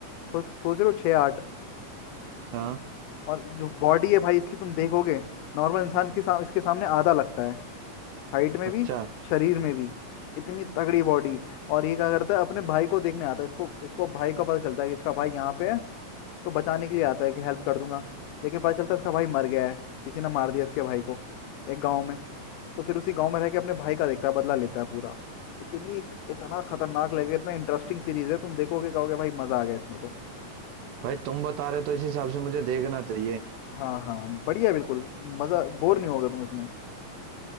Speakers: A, on the left; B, on the right.
A: छो- सोच रहे हो छः आठ
B: हाँ
A: और जो बॉडी है भाई इसकी तुम देखोगे नॉर्मल इंसान के साम, इसके सामने आधा लगता है हाइट में
B: अच्छा
A: भी शरीर में भी इतनी तगड़ी बॉडी और ये क्या करता है अपने भाई को देखने आता है इसको इसको भाई का पता चलता है कि इसका भाई यहाँ पे है तो बचाने के लिए आता है कि हेल्प कर दूंगा लेकिन पता चलता है इसका भाई मर गया है किसी ने मार दिया इसके भाई को एक गांव में तो फिर उसी गांव में रह के अपने भाई का देखता है बदला लेता है पूरा इतनी इतना खतरनाक लगेगा इतना इंटरेस्टिंग सीरीज है तुम देखोगे कहोगे भाई मजा आ गया इसमें तो
B: भाई तुम बता रहे तो इस हिसाब से मुझे देखना चाहिए
A: हाँ हाँ बढ़िया बिल्कुल मजा बोर नहीं होगा तुम इसमें